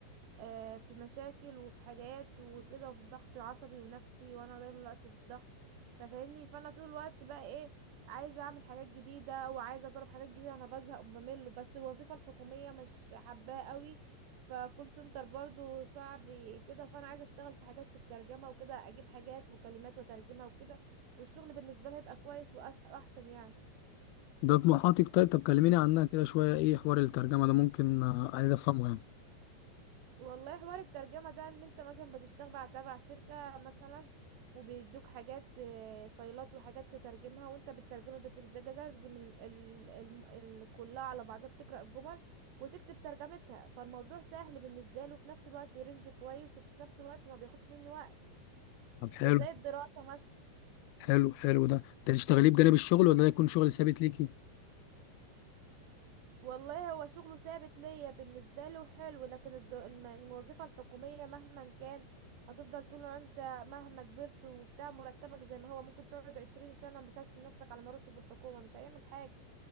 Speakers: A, on the right; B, on the left.
A: آه، في مشاكل وفي حاجات وكده وفي ضغط عصبي ونفسي وانا طول الوقت في ضغط ففاهمني فانا طول الوقت بقى ايه عايزه اعمل حاجات جديده وعايزه اجرب حاجات جديده انا بزهق وبمل بس الوظيفه الحكوميه مش حباها قوي فكول سنتر برضو صعب كده فانا عايزه اشتغل في حاجات في الترجمه وكده اجيب حاجات وكلمات وترجمها وكده والشغل بالنسبه لي هيبقى كويس وأس- واحسن يعني
B: ده طموحاتك طيب طب كلميني عنها كده شوية ايه حوار الترجمة ده ممكن آه، عايز افهمه يعني
A: والله حوار الترجمة ده ان انت مثلا بتشتغل مع- تبع شركة مثلا وبيدوك حاجات آه، فايلات وحاجات تترجمها وانت بالترجمة بتترجم ال ال ال ال كلها على بعضها بتقرأ الجمل وتكتب ترجمتها فالموضوع سهل بالنسبة له في نفس الوقت رينج كويس وفي نفس الوقت ما بياخدش منه وقت
B: طب حلو
A: مش زي الدراسة مثلا
B: حلو حلو ده انت تشتغليه بجانب الشغل ولا ده يكون شغل ثابت ليكي
A: والله هو شغله ثابت ليا بالنسبة له حلو لكن الد- الم- الوظيفة الحكومية مهما كان هتفضل طول ما انت مهما كبرت وبتاع مرتبك زي ما هو ممكن تقعد عشرين سنة بسست نفسك على مرتب الحكومة مش هيعمل حاجة